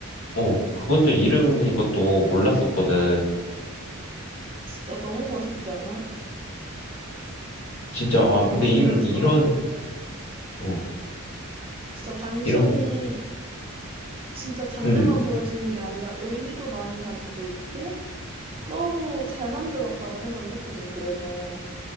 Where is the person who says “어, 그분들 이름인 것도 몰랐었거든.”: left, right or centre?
Left